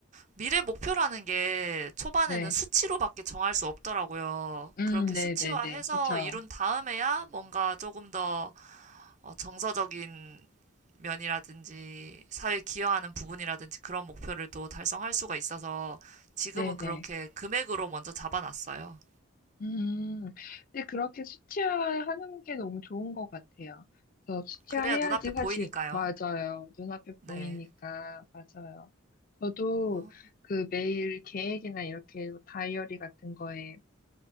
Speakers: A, on the right; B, on the left.
A: 미래 목표라는 게 초반에는
B: 네.
A: 수치로밖에 정할 수 없더라고요.
B: 음,
A: 그렇게
B: 네네네.
A: 수치화해서
B: 그쵸.
A: 이룬 다음에야 뭔가 조금 더 어, 정서적인 면이라든지 사회에 기여하는 부분이라든지 그런 목표를 또 달성할 수가 있어서 지금은
B: 네네.
A: 그렇게 금액으로 먼저 잡아놨어요.
B: 음, 근데 그렇게 수치화하는 게 너무 좋은 것 같아요. 그래서 수치화해야지
A: 그래야 눈앞에 보이니까요.
B: 사실 맞아요. 눈앞에
A: 네.
B: 보이니까 맞아요. 저도
A: 어,
B: 그 매일 계획이나 이렇게 다이어리 같은 거에